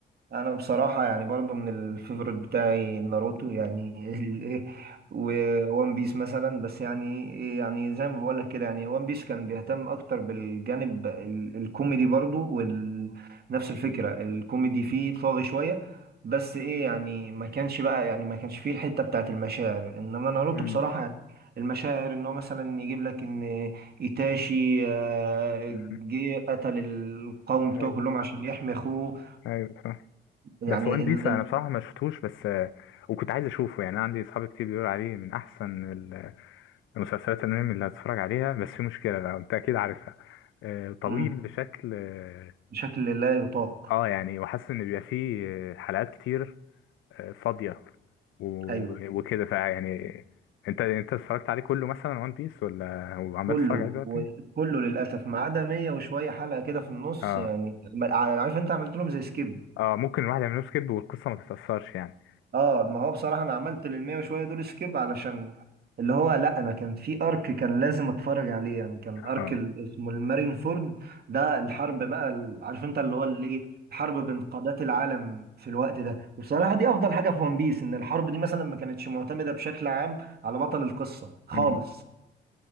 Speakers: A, on the right (about 50°); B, on the left (about 80°).
A: انا بصراحه يعني برضو من الفيفوريت بتاعي ناروتو يعني <laughs> الايه وون بيس مثلا بس يعني إيه يعني زي ما بقول لك كده يعني وان بيس كان بيهتم اكتر بالجانب ال- الكوميدي برضو ونفس الفكره الكوميدي فيه طاغي شويه بس ايه يعني ما كانش بقى يعني ما كانش فيه الحته بتاعت المشاعر انما ناروتو
B: مم.
A: بصراحه يعني المشاعر ان هو مثلا يجيب لك ان ايتاشي آه،
B: مم.
A: جه قتل القوم بتوعه
B: ايوه
A: كلهم عشان يحمي اخوه
B: ايوه
A: يعني
B: بس وان بيس
A: ال...
B: انا
A: ال...
B: بصراحه ما شفتوش بس آه، وكنت عايز اشوفه يعني انا عندي اصحاب كتير بيقولوا عليه من احسن ال- المسلسلات الانمي اللي هتتفرج عليها بس في مشكله بقى انت اكيد عارفها آه، طويل
A: مم.
B: بشكل اه
A: بشكل لا يطاق
B: آه، يعني وحاسس ان بيبقى فيه آه، حلقات كتير آه، فاضيه و-
A: ايوه
B: وكده فيعني انت انت اتفرجت عليه كله مثلا وان بيس ولا وعمال
A: كله
B: تتفرج عليه دلوقتي
A: وكله للاسف ما عدا 100 وشويه حلقه كده في النص
B: اه
A: يعني ما- عارف انت عملت لهم زي سكيب
B: اه ممكن الواحد يعمل له سكيب والقصه ما تتاثرش يعني
A: اه ما هو بصراحه انا عملت لل 100 وشويه دول سكيب علشان اللي هو لا انا كان في ارك كان لازم اتفرج عليه يعني كان ارك
B: اه
A: ال- اسمه المارين فورد ده الحرب بقى ال- عارف انت اللي هو اللي ايه الحرب بين قادات العالم في الوقت ده وبصراحه دي افضل حاجه في ون بيس ان الحرب دي مثلا ما كانتش معتمده بشكل عام على بطل القصة خالص
B: مم.